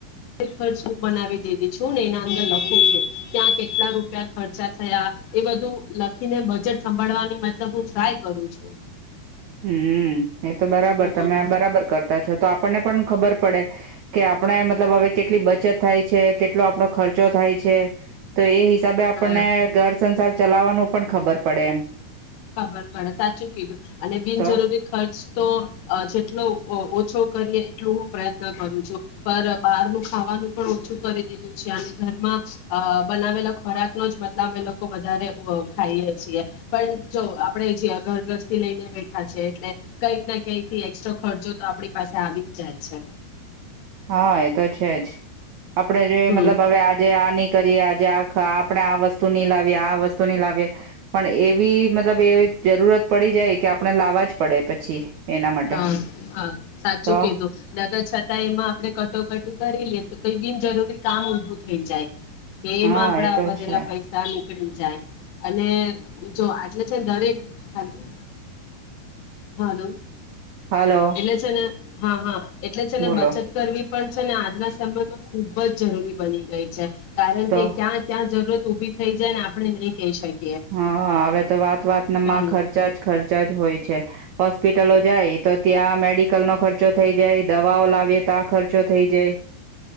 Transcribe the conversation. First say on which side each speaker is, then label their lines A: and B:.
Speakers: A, on the left; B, on the right.
A: ખર્ચૂપ બનાવી દીધી છું, ને એના અંદર લખું છું ત્યાં કેટલા રૂપિયા ખર્ચા થયા એ બધું લખીને બજેટ સંભાળવાની મતલબ હું ટ્રાય કરું છું.
B: હમ્મ એ તો બરાબર
A: હમ
B: તમે આ બરાબર કરતા છો તો આપણને પણ ખબર પડે કે આપણે મતલબ હવે કેટલી બચત થાય છે, કેટલો આપણો ખર્ચો થાય છે, તો એ ત આપણ
A: હા
B: ને ઘર સંસાર ચલાવવાનું પણ ખબર પડે એમ
A: ખબર પડે સાચું કીધું છે અને બિનજરૂરી
B: તો
A: ખર્ચ તો જેટલો ઓછો કરીએ એટલું હું પ્રયત્ન કરું છું, પણ બહારનું ખાવાનું પણ ઓછું કરી દીધું છે, અને ઘરમાં બનાવેલા ખોરાક નો જ મતલબ લોકો વધારે ખાઈએ છીએ પણ જો આપડે જે ઘરગ્રસ્તી લઈને બેઠા છેએ એટલે કઈક ના કઈકથી એસ્ટ્રા ખર્ચો તો આપણી પાસે આવી જ જાય છે,
B: હા એ તો છે, જ આપડણે જોઈ
A: હમ
B: મતલબ હવે આજે આની કરીએ આજે આખ આપણે આ વસ્તુ નહી લાવીએ આ વસ્તુ નની લાવીએ પણ એવી મતલબ એ જરૂરત પડી જાય કે આપણે લાવવા જ પડે પછી એના માટે
A: હા હા સાચું
B: તો
A: કીધું નગર છતાં એમાં આપણે કટોકટી કરી લેએ તો કઈ બિનજરૂરી કામ ઉભું થઈ જાય કેમ
B: હા
A: આપડા
B: એ તો
A: બધેલા
B: છે
A: પૈસા જાય અને જો આટલે છેને દરેક ખનુંું હાલ
B: હાલો
A: એલે છેને હા હા એટલે છે એને
B: બોલો
A: બચત કરવી પણ છે ને આજના સમયમાં ખુબ જ જરૂરી બની ગઈ છે, કારણ
B: તો
A: કે, ક્યાં ત્યાં જરૂરત ઉભી થઈ જાય ને આપણે નહીિ કહી શકીએ.
B: હા હવે તો વાત વાતમાં
A: હમ
B: ખર્ચા જ ખર્ચા જ હોય છે, હોસ્પિટલો જાય તો ત્યાં મેડિકલ નો ખર્ચો થઈ જાય દવાઓ લાવીએ તો આ ખર્ચો થઈ જાય